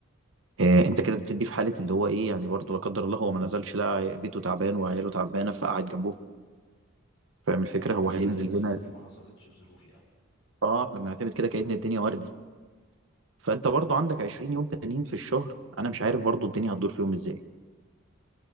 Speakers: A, on the right; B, on the left.
A: آآ أنت
B: مم.
A: كده بتدّي في حالة اللي هو إيه، يعني برضه لا قدّر الله هو ما نزلش لقى بيته تعبان وعياله تعبانة فقعد جنبهم، فاهم الفكرة؟
B: يعني
A: هو
B: قصدك
A: إمم. هينزل
B: اي ظروف
A: هنا
B: ما حصلتش ظروف يعني
A: آه، إحنا بنعتمد كده كأن الدنيا وردي، فأنت برضه عندك 20 يوم تانيين في الشهر، أنا مش عارف برضه الدنيا هتدور فيهم إزاي.